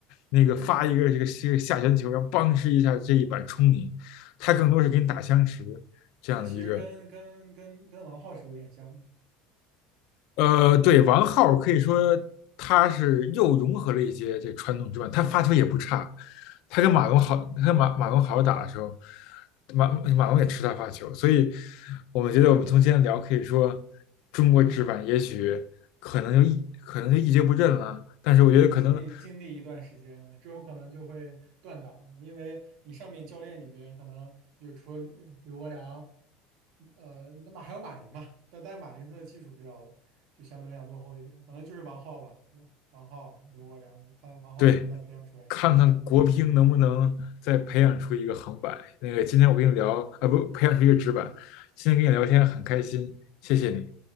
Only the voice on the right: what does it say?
嗯，
那其实跟跟跟跟王浩是有点像的，
对。
是要经历经历一段时间，这种可能就会断档，因为你上面教练里边可能就除了刘国梁，呃，那么还有马林嘛，但但马林他的技术比较就相对来讲落后一点，可能就是王皓吧，王王皓、刘国梁，看王皓能不能再培养出来一个。
嗯。